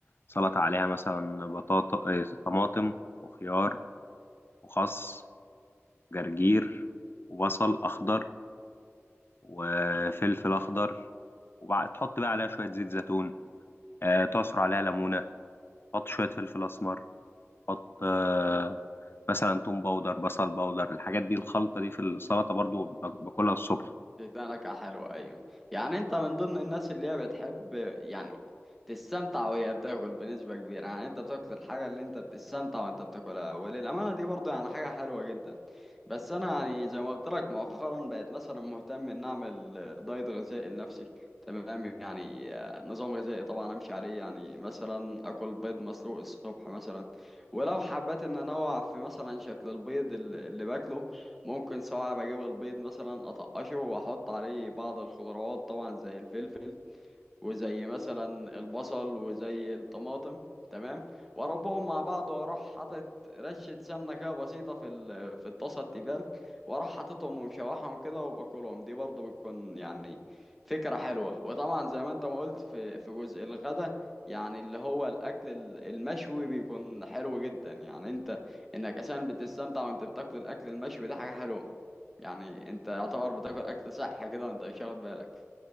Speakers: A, on the left (about 50°); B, in the centre.
A: سلطة عليها مثلا بطاطا آه، طماطم وخيار وخس جرجير وبصل أخضر وفلفل أخضر وبعد تحط بقى عليها شوية زيت زيتون آه، تعصر عليها ليمونة حط شوية فلفل أسمر حط آه، مثلا توم باودر بصل باودر الحاجات دي الخلطة دي في السلطة برضو باك- باكلها الصبح
B: بتدي نكهه حلوه ايوه يعني انت من ضمن الناس اللي هي بتحب يعني تستمتع وهي بتاكل بنسبة كبيرة يعني انت بتاكل الحاجة اللي انت بتستمتع وانت بتاكلها وللأمانة دي برضه يعني حاجة حلوة جدا بس انا يعني زي ما قلت لك مؤخرا بقيت مثلا مهتم ان اعمل دايت غذائي لنفسي تمام يعني آه، نظام غذائي طبعا امشي عليه يعني مثلا اكل بيض مسلوق الصبح مثلا ولو حبيت ان انوع في مثلا شكل البيض ال- اللي باكله ممكن سواء بجيب البيض مثلا اطقشه واحط عليه بعض الخضروات طبعا زي الفلفل وزي مثلا البصل وزي الطماطم تمام واربهم مع بعض واروح حاطط رشه سمنه كده بسيطه في ال- في الطاسه التيفال واروح حاططهم ومشوحهم كده وباكلهم دي برضو بتكون يعني فكره حلوه وطبعا زي ما انت ما قلت في في جزء الغدا يعني اللي هو الاكل ال- المشوي بيكون حلو جدا يعني انت انك اساسا بتستمتع وانت بتاكل الاكل المشوي ده حاجه حلوه يعني انت يعتبر بتاكل اكل صحي كده وانت مش واخد بالك